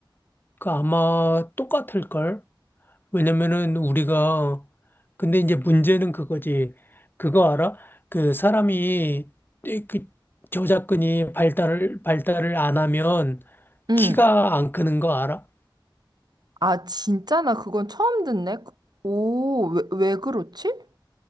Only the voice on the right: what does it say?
응.
아, 진짜? 나 그건 처음 듣네. 오, 왜, 왜 그렇지?